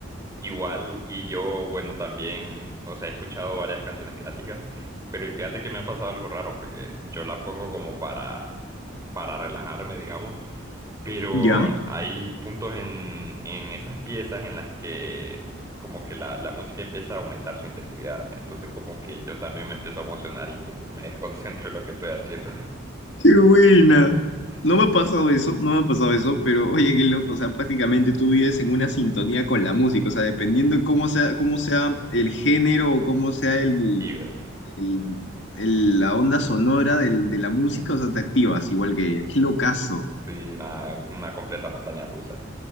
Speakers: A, on the right (about 15°); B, on the left (about 65°).
A: Igual, y yo, bueno, también, o sea, he escuchado varias canciones clásicas, pero y fíjate que me ha pasado algo raro, porque yo la pongo como para, para relajarme, digamos, pero
B: ¿Ya?
A: hay puntos en, en esas piezas en las que como que la, la música empieza a aumentar su intensidad, entonces como que yo también me empiezo a emocionar y como que me <laughs> desconcentro en lo que estoy haciendo. <laughs>
B: Qué buena. No
A: Sí,
B: me ha pasado eso, no me ha pasado eso, pero oye, qué loco, o sea, prácticamente tú vives en una sintonía con la música, o sea, dependiendo de cómo sea, cómo sea el género o cómo sea el,
A: y bueno,
B: el- el- la onda sonora del- de la música, o sea, te activas igual que ella. Qué locazo.
A: sí, nada, una completa montaña rusa.